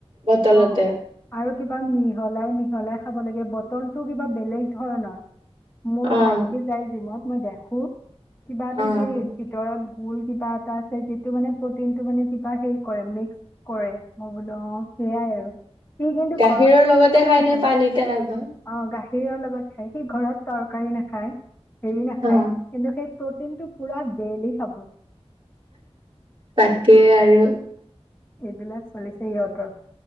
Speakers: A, on the right (about 50°); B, on the left (about 20°).
A: বটলতে।
B: অ আৰু কিবা মিহলাই, মিহলাই খাব লাগে বটলটো কিবা বেলেগ ধৰণৰ। মোৰ
A: অ',
B: ভাইটি যাই জিমত, মই দেখো কিবা এটা
A: অ'।
B: সেই ভিতৰত গোল কিবা এটা আছে, যিটো মানে প্ৰটিনটো মানে কিবা হেৰি কৰে, মিক্স কৰে। মই বোলো অ, সেইয়াই আৰু সি, কিন্তু
A: গাখীৰৰ
B: ঘৰত
A: লগতে
B: তৰকাৰী
A: খাই
B: নাখায়।
A: নে পানীতে খাই বা?
B: অ, গাখীৰৰ লগত খায়, সি ঘৰত তৰকাৰী নাখায়, হেৰি নাখায়।
A: অ',
B: কিন্তু সেই প্ৰটিনটো পুৰা ডেইলি খাব।
A: তাকে, আৰু
B: এইবিলাক চলিছে ইহঁতৰ,